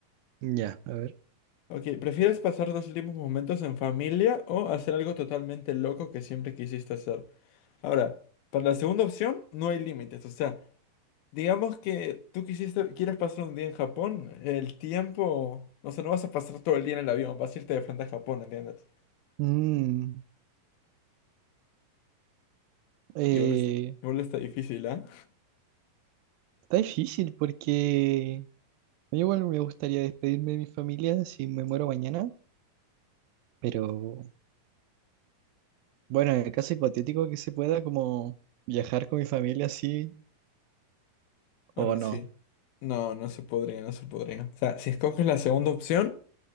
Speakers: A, on the right; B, on the left.
A: Ya, a ver.
B: Ok, ¿prefieres pasar dos últimos momentos en familia o hacer algo totalmente loco que siempre quisiste hacer? Ahora, para la segunda opción no hay límites. O sea, digamos que tú quisiste, quieres pasar un día en Japón, el tiempo, o sea, no vas a pasar todo el día en el avión, vas a irte de frente a Japón, ¿entiendes?
A: Mm, eh,
B: Igual, es- igual está difícil, ¿ah?
A: está difícil porque a mí igual me gustaría despedirme de mi familia si me muero mañana, pero bueno, en el caso hipotético que se pueda como viajar con mi familia así o
B: Bueno,
A: no.
B: sí. No, no se podría, no se podría. O sea, si escoges la segunda opción,